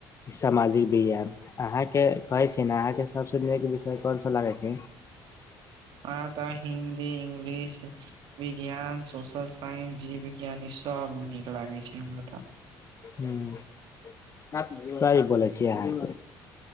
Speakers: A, on the left; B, on the right.
A: सामाजिक विज्ञान अहाँके कहै छी न अहाँके सबसँ नीक विषय कोनसा लागै छै।
B: आहाँ तऽ हिन्दी इंग्लिश। विज्ञान सोशल साइंज जीव विज्ञान ई सब नीक लागै छै हमरात
A: हूँ सही बोलै छिय अहाँ